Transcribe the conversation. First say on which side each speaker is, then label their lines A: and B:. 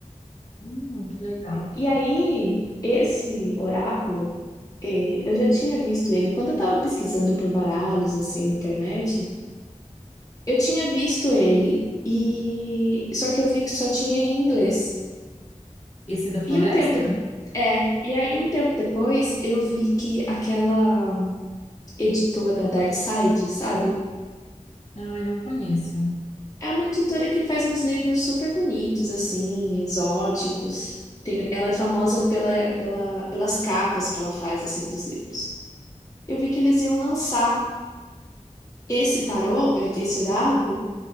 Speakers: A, on the left; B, on the left.
A: Hum, que legal.
B: E aí, esse oráculo, eh, eu já tinha visto ele quando eu estava pesquisando por baralhos assim na internet. Eu tinha visto ele e só que eu vi que só tinha em inglês.
A: Esse da floresta?
B: E um tempo é, e aí um tempo depois eu vi que aquela editora Darkside, sabe?
A: Ai, não conheço.
B: É uma editora que faz uns livros super bonitos assim, exóticos. Tem, ela é famosa pela, pela, pelas capas que ela faz assim dos livros. eu vi que eles iam lançar esse tarô, eh, esse oráculo,